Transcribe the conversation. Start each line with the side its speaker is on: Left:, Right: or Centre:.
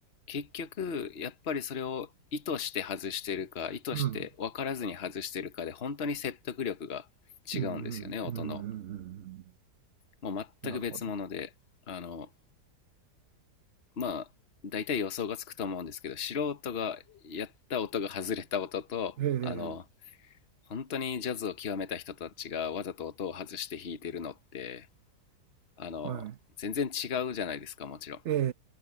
Left: 結局やっぱりそれを意図して外してるか意図して分からずに外してるかで本当に説得力が違うんですよね音の
Right: うん。うんうんうんうんうんうん
Left: もう全く別物であの
Right: うん。なるほど。
Left: まあ大体予想がつくと思うんですけど素人がやった音が外れた音とあの
Right: ええ、
Left: 本当にジャズを極めた人たちがわざと音を外して弾いてるのってあの全然違うじゃないですかもちろん、
Right: はい。え